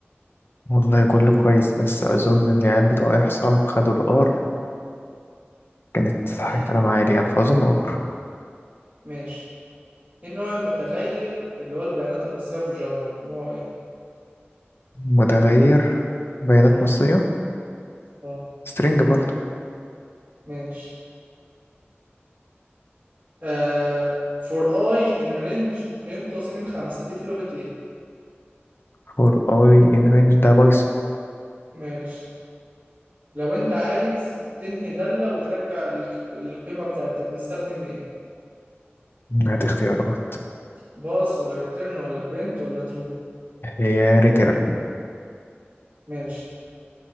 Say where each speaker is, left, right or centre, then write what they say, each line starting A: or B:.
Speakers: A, on the left; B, on the right.
A: والله كله كويس بس اظن ان العيال بتوع احصاء خدوا الار كانت
B: امم
A: كلام عالي يعني فاظن ار
B: ماشي ايه النوع المتغير اللي هو البيانات النصية في جافا نوع ايه
A: متغير بيانات
B: امم
A: نصية
B: اه
A: string برضه
B: ماشي آه for i in range بين قوسين خمسة دي في لغة ايه
A: for i in range ده بايثون
B: ماشي لو انت عايز تنهي دالة وترجع ال- القيمة بتاعتها بنستخدم ايه
A: هات اختيارات
B: باس ولا ريتيرن ولا برنت ولا ترو
A: هي ريتيرن
B: ماشي